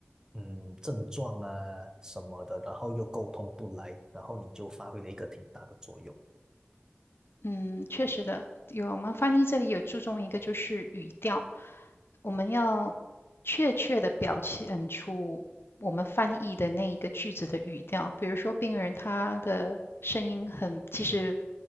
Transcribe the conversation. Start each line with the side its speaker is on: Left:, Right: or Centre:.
Right: 嗯症状啊什么的，然后又沟通不来，然后你就发挥了一个挺大的作用。
Left: 嗯，确实的，有我们翻译这里有注重一个就是语调，我们要确切的表现出我们翻译的那一个句子的语调。比如说，病人他的声音很，其实